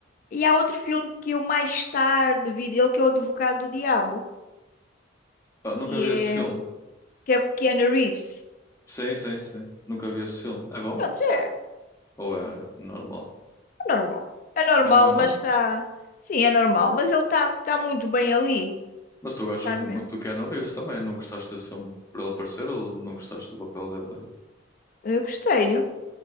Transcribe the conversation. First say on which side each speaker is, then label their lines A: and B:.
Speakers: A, on the left; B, on the left.
A: E há outro filme que eu mais tarde vi dele, que é o Advogado do Diabo,
B: Ah, nunca
A: que
B: vi
A: é,
B: esse filme.
A: que é com o Keanu Reeves.
B: Sim, sim, sim. Nunca vi esse filme. É bom?
A: Pronto, é,
B: Ou é normal?
A: é normal. É normal,
B: É normal?
A: mas está. Sim, é normal. Mas ele está tá tá muito bem ali.
B: Mas tu gostas
A: Tá
B: de-
A: me-
B: muito do Keanu Reeves também, não gostaste desse filme por ele aparecer ou não gostaste do papel dele?
A: eu gostei. O